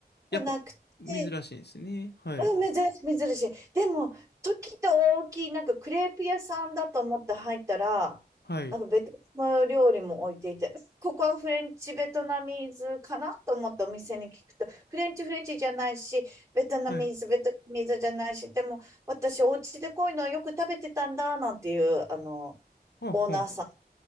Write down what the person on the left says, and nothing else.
やっぱ、
珍しいんですね。はい。
はい。
はい。
はんはん。